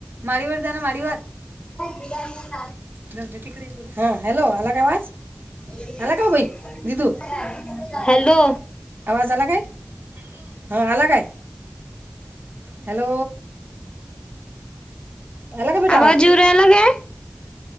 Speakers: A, on the right; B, on the left.
A: माडीवर जाना माडीवर.
B: <unintelligible>
A: जाऊ द्या तिकडे <unintelligible> हा. हॅलो आला का आवाज?
B: <unintelligible>
A: आला का बाई दिदू
B: हॅलो.
A: आवाज आला काय? हॅलो. हां आला काय? हॅलो. आला का बेटा
B: आवाज येऊ राहिला काय?